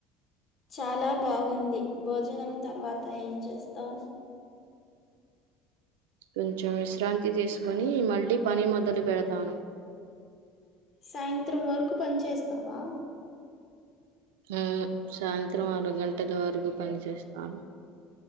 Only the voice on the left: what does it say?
చాలా బాగుంది భోజనం తర్వాత ఏం చేస్తావ్.
సాయంత్రం వరకు పన్ చేస్తావా